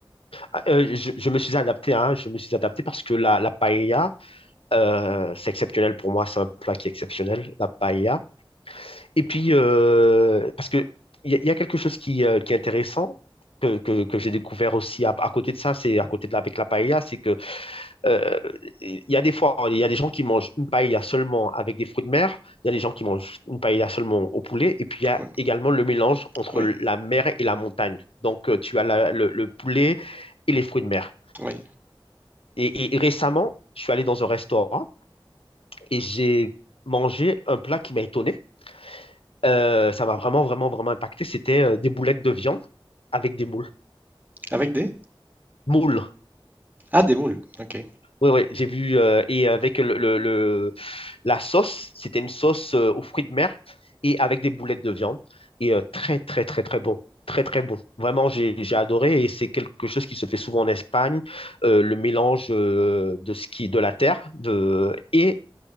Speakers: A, on the left; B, on the right.
A: Ah, euh, je, je me suis adapté, hein, je me suis adapté parce que la, la paella, euh, c'est exceptionnel pour moi, c'est un plat qui est exceptionnel, la paella. Et puis, euh, parce que il y, a y a quelque chose qui, euh, qui est intéressant que, que- que j'ai découvert aussi à, à côté de ça, c'est à côté de la, avec la paella, c'est que euh, il y a des fois, il y a des gens qui mangent une paella seulement avec des fruits de mer, il y a des gens qui mangent une paella seulement au poulet, et puis il y a
B: Oui,
A: également le mélange entre
B: oui,
A: la mer et la montagne. Donc, euh, tu as la- le, le poulet et les fruits de mer.
B: oui.
A: Et, et récemment, je suis allé dans un restaurant et j'ai mangé un plat qui m'a étonné. Euh, ça m'a vraiment, vraiment, vraiment impacté. C'était euh, des boulettes de viande avec des moules.
B: Avec des?
A: Moules.
B: Ah, des moules, ok.
A: Oui, oui, j'ai vu. euh, et avec le, le- le- la sauce, c'était une sauce euh, aux fruits de mer et avec des boulettes de viande. Et euh, très, très, très, très bon. Très, très bon. Vraiment, j'ai, j'ai adoré. Et c'est quelque chose qui se fait souvent en Espagne, euh, le mélange euh, de ce qui, de la terre de, et,